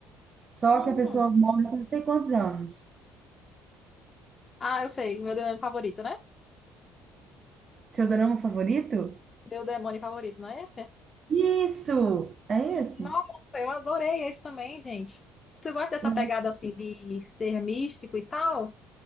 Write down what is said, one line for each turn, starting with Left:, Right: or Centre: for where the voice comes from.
Right: Só
Left: Hum.
Right: que a pessoa morre com não sei quantos anos.
Left: Ah, eu sei, meu demônio favorito, né?
Right: Seu drama favorito?
Left: Meu demônio favorito, não é esse?
Right: Isso! É esse?
Left: Nossa, eu adorei esse também, gente. Se tu gosta dessa
Right: Eu
Left: pegada assim de ser místico e tal,